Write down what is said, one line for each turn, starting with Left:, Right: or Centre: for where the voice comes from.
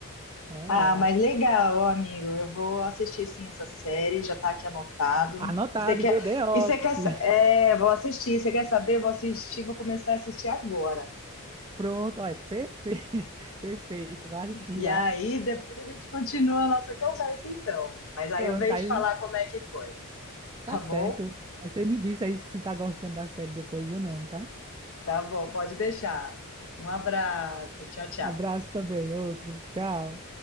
Right: É,
Left: Ah,
Right: a-
Left: mas legal, ó, amigo. Eu vou assistir sim essa série, já tá aqui anotado.
Right: anotado,
Left: E você quer,
Right: viu? The Office.
Left: e você quer, sa- é, vou assistir. Você quer saber? Vou assistir, vou começar a assistir agora.
Right: Pronto, olha, perfeito, <laughs> perfeito, vai assistir
Left: E aí, depois a gente continua a nossa conversa, então. Mas aí
Right: Pronto,
Left: eu venho
Right: aí
Left: te falar como é que foi,
Right: tá
Left: tá bom?
Right: certo. Aí você me diz aí se tá gostando da série depois ou não, tá?
Left: Tá bom, pode deixar. Um abraço, tchau, tchau.
Right: Abraço também, outro. Tchau.